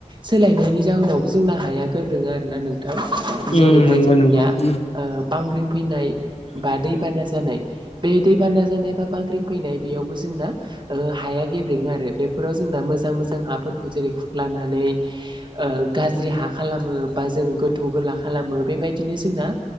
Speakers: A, on the right; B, on the left.
A: सोलायनायनि जाहोनावबो जोंना हाया गोब्रेङो आरोना नोंथां
B: उम
A: जेरैहाय
B: नंगौ
A: जोंनिया
B: नंगौ उम
A: ओ बांग्रिं फैनाय बा दैबाना जानाय बे दैबाना जानाय बा बांग्रिं फैनाय बेयावबो जोंना ओ हाया गेब्रेङो आरो बेफोराव जोंना मोजां-मोजां हाफोरखौ जेरै खुख्लानानै ओ गाज्रि हा खालामो बा जों गोथौ गोला खालामो बेबायदिनो जोंना